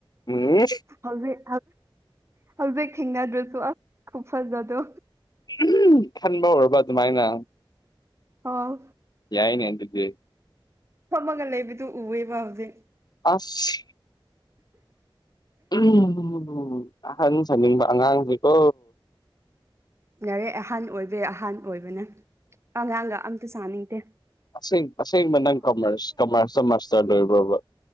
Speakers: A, on the left; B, on the right.
A: ꯎꯝ
B: ꯍꯧꯖꯤꯛ ꯍꯧꯖꯤꯛ ꯊꯦꯡꯅꯗ꯭ꯔꯁꯨ ꯑꯁ ꯈꯨ ꯐꯖꯗꯣ
A: <unintelligible> ꯈꯟꯕ ꯍꯧꯔꯕ ꯑꯗꯨꯃꯥꯏꯅ
B: ꯑꯣ
A: ꯌꯥꯏꯅꯦ ꯑꯗꯨꯗꯤ
B: ꯐꯝꯃꯒ ꯂꯩꯕꯗꯨ ꯎꯋꯦꯕ ꯍꯧꯖꯤꯛ
A: ꯑꯁ <unintelligible> ꯑꯍꯟ ꯁꯥꯅꯤꯡꯕ ꯑꯉꯥꯡꯁꯤꯀꯣ
B: ꯌꯥꯔꯦ ꯑꯍꯥꯟ ꯑꯣꯏꯕꯩ ꯑꯍꯥꯟ ꯑꯣꯏꯕꯅꯦ ꯑꯉꯥꯡꯒ ꯑꯝꯇ ꯁꯥꯅꯤꯡꯇꯦ
A: ꯑꯁꯦꯡ ꯑꯁꯦꯡꯕ ꯅꯪ ꯀꯃꯔꯁ ꯀꯃꯔꯁꯇ ꯃꯥꯁꯇꯔ ꯂꯣꯏꯕ꯭ꯔꯣꯕ